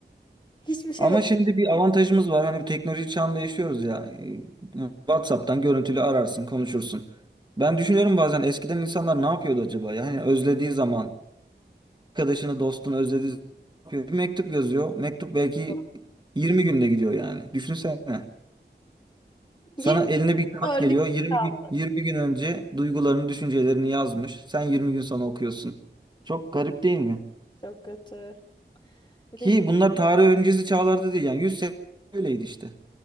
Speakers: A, on the left; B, on the right.
A: Hiçbir şey
B: ama şimdi bir avantajımız var. Hani bu teknoloji çağında yaşıyoruz ya. Ee, WhatsApp'tan görüntülü ararsın, konuşursun. Ben düşünüyorum bazen eskiden insanlar ne yapıyordu acaba? Yani özlediği zaman arkadaşını, dostunu özlediği zaman ne yapıyor? Bir mektup yazıyor. Mektup belki
A: yapamam.
B: 20 günde gidiyor yani. Düşünsene. Sana
A: 20
B: eline bir kağıt
A: öldük
B: geliyor. 20
A: kaldı.
B: gün 20 gün önce duygularını, düşüncelerini yazmış. Sen 20 gün sonra okuyorsun. Çok garip değil mi?
A: Çok kötü. Bir
B: Ki
A: de y-
B: bunlar tarih öncesi çağlarda değil yani 100 sene öyleydi işte.